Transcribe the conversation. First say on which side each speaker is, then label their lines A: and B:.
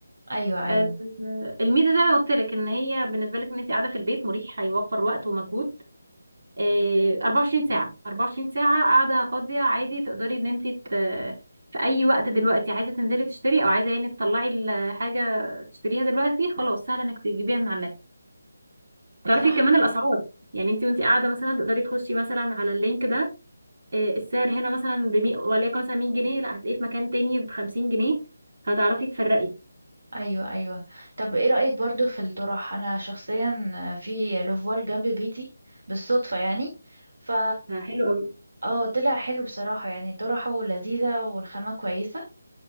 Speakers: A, on the right; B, on the right.
A: ايوه ايوه
B: آه، الميزه زي ما قلت لك ان هي بالنسبه لك ان انت قاعده في البيت مريح هيوفر وقت ومجهود آه، 24 ساعه 24 ساعه قاعده فاضيه عادي تقدري ان انت ت... في اي وقت دلوقتي عايزه تنزلي تشتري او عايزه يعني تطلعي الحاجه تشتريها دلوقتي خلاص سهل انك تجيبيها من على النت تعرفي
A: صح
B: كمان الاسعار يعني انت وانت قاعده مثلا تقدري تخشي مثلا على اللينك ده آه، السعر هنا مثلا ب 100 وليكن مثلا 100 جنيه لا هتلاقيه في مكان تاني ب 50 جنيه هتعرفي تفرقي
A: ايوه ايوه طب ايه رأيك برضو في الطرح انا شخصيا في لوفوال جنب بيتي بالصدفة يعني ف
B: فحلو قوي
A: اه طلع حلو بصراحة يعني طرحه لذيذة والخامة كويسة